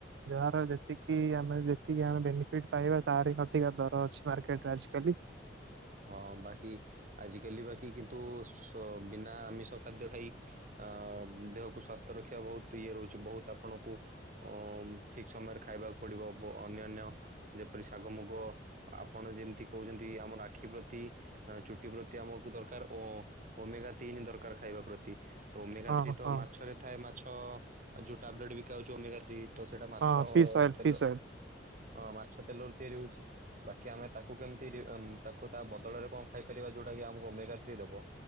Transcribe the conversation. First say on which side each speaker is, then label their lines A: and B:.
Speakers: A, on the right; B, on the right.
A: ଯାହାର ଯେତିକି ଆମେ ଯେତିକି ଆମେ ବେନିଫିଟ ପାଇବା ତାର ଅଧିକା ଦର ଅଛି ମାର୍କେଟରେ ଆଜିକାଲି।
B: ହଁ ବାକି ଆଜିକାଲି ବାକି କିନ୍ତୁ ସ ବିନା ଆମିଷ ଖାଦ୍ୟ ଖାଇ ଅ ଦେହକୁ ସ୍ଵାସ୍ଥ ରଖିବା ବହୁତ ଇଏ ରହୁଛି ବହୁତ ଆପଣଙ୍କୁ ଅ ଠିକ ସମୟରେ ଖାଇବାକୁ ପଡ଼ିବ ବ ଅନ୍ୟାନ୍ୟ ଯେପରି ଶାଗ ମୁଗ ଆପଣ ଯେମିତି କହୁଛନ୍ତି ଆମ ନା ଖି ପ୍ରତି ଆ ଚୁଟି ପ୍ରତି ଆମକୁ ଦରକାର ଓ ଓମେଗା ତିନି ଦରକାର ଖାଇବା ପ୍ରତି। ତ ଓମେଗା
A: ହଁ
B: ଥ୍ରୀ ତ
A: ହଁ
B: ମାଛରେ ଥାଏ ମାଛ ଯୋଉ ଟାବଲେଟ ବିକା ହୋଉଛି ଓମେଗା ଥ୍ରୀ। ତ ସେଇଟା ମାଛ
A: ହଁ ଫିସ୍ ଅଏଲ
B: ତେଲ
A: ଫିସ୍ ଅଏଲ
B: ଅଁ ମାଛ ତେଲରୁ ତିଆରି ହଉଛି ବାକି ଆମେ ତାକୁ କେମିତି ରି ତାକୁ ତା ବଦଳରେ କଣ ଖାଇପାରିବା ଯୋଉଟା କି ଆମକୁ ଓମେଗା ଥ୍ରୀ ଦବ।